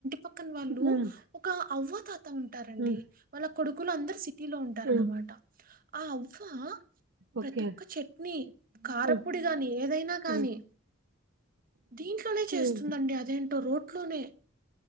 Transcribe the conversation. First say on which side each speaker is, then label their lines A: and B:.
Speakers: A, on the right; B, on the right.
A: పక్కన వాళ్ళు
B: హ్మ్,
A: ఒక అవ్వ తాత ఉంటారండి,
B: హ్మ్,
A: వాళ్ళ కొడుకులు అందరు సిటీలో ఉంటారనమాట
B: హ్మ్,
A: ఆవ్ ఫ
B: ఓకే
A: ప్రతొక్క చట్నీ కారప్పొడి
B: హ్మ్,
A: కానీ, ఏదైనా కానీ
B: హ్మ్,
A: దీంట్లోనే చేస్తుందండి,
B: హ్మ్.
A: అదేంటో రోట్లోనే